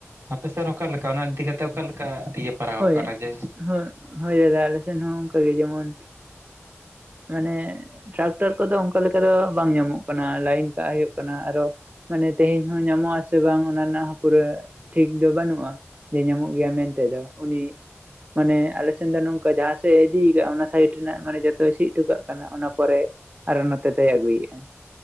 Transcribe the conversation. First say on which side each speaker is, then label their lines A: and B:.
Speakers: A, on the right; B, on the right.
A: ᱟᱯᱮ ᱥᱮᱫ ᱦᱚᱸ ᱚᱠᱟ ᱞᱮᱠᱟ ᱚᱱᱟ ᱤᱫᱤ ᱠᱟᱛᱮ ᱚᱠᱟᱞᱮᱠᱟ ᱤᱭᱟᱹ? ᱯᱟᱲᱟᱣᱚᱜ
B: ᱦᱳᱭ,
A: ᱠᱟᱱᱟ ᱡᱮ
B: ᱦᱳ-ᱦᱳᱭ ᱟᱞᱮ ᱥᱮᱱ ᱦᱚᱸ ᱚᱱᱠᱟᱜᱮ ᱡᱮᱢᱚᱱ ᱢᱟᱱᱮᱜ ᱴᱨᱟᱠᱴᱚᱨ ᱠᱚᱫᱚ ᱚᱱᱠᱟ ᱞᱮᱠᱟ ᱫᱚ ᱵᱟᱝ ᱧᱟᱢᱚᱜ ᱠᱟᱱᱟ ᱞᱟᱭᱤᱱ ᱠᱟᱜ ᱦᱳᱭᱳᱜ ᱠᱟᱱᱟ ᱟᱨᱚ ᱢᱟᱱᱮ ᱛᱮᱹᱦᱮᱹᱧ ᱦᱚᱸ ᱧᱟᱢᱚᱜ ᱟᱥᱮ ᱵᱟᱝ ᱚᱱᱟ ᱨᱮᱱᱟᱜ ᱯᱩᱨᱟᱹ ᱴᱷᱤᱠ ᱫᱚ ᱵᱟᱹᱱᱩᱜᱼᱟ ᱾ ᱡᱮ ᱧᱟᱢᱚᱜ ᱜᱮᱭᱟ ᱢᱮᱱᱛᱮ ᱫᱚ ᱩᱱᱤ ᱢᱟᱱᱮ ᱟᱞᱮᱥᱮᱱ ᱫᱚ ᱱᱚᱝᱠᱟ ᱡᱟᱦᱟᱸ ᱥᱮᱡ ᱮ ᱤᱫᱤᱭᱮᱫᱟ ᱚᱱᱟ ᱥᱟᱭᱤᱰ ᱨᱮᱱᱟᱜ ᱢᱟᱱᱮ ᱡᱚᱛᱚᱭ ᱥᱤ ᱦᱚᱴᱚ ᱠᱟᱜ ᱠᱟᱱᱟ ᱚᱱᱟ ᱯᱚᱨᱮ ᱟᱨᱚ ᱱᱚᱛᱮ ᱛᱮᱭ ᱟᱹᱜᱩᱭᱮᱜᱼᱟ ᱾